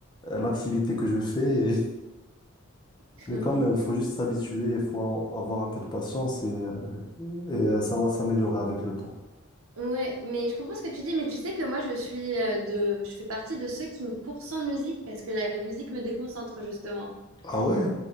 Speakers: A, on the left (about 20°); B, on the right (about 75°).
A: euh, l'activité que je fais. <laughs>
B: <laughs>
A: Mais quand même, faut juste s'habituer, il faut en- avoir un peu de patience et, euh, et euh, ça va s'améliorer avec le temps.
B: Ouais, mais je comprends ce que tu dis, mais tu sais que moi je suis euh, de je fais partie de ceux qui me courent sans musique parce que la musique me déconcentre justement.
A: Ah ouais?